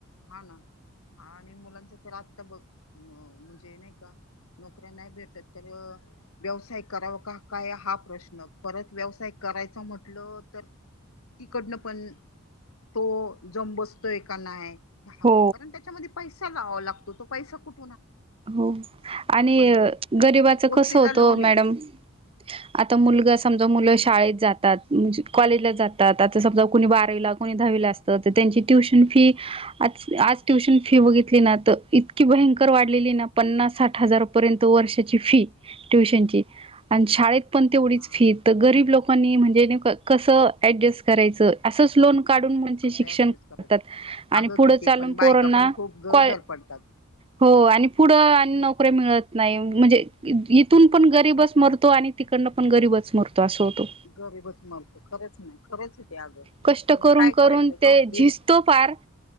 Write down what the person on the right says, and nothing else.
हो
हो आणि
गरीबाच
कसं होतं
मॅडम आता मुलगा समजा मुलं शाळेत जातात म्हणजे कॉलेजला जातात आता समजा कोणी बारावीला कोणी दहावीला असतं तर त्यांची ट्युशन फी आज ट्युशन फी बघितली ना तर इतकी भयंकर वाढ लेली आहे ना पन्नास साठ हजार पर्यंत वर्षाची फी ट्युशनची आणि शाळेत पण
तेवढीच
फी तर गरीब लोकांनी म्हणजे नेमकं कसं ऍडजस्ट करायचं असंच लोन काढून म्हणजे
शिक्षण
करतात आणि
पुढं
चालून
पोरांना
काॅ
हो आणि पुढं आणि नोकऱ्या मिळत नाही म्हणजे इथून पण गरीबच मरतो आणि तिकडनं पण गरीबच मरतो असं होतो
कष्ट
करून
करून
ते झिजतो
फार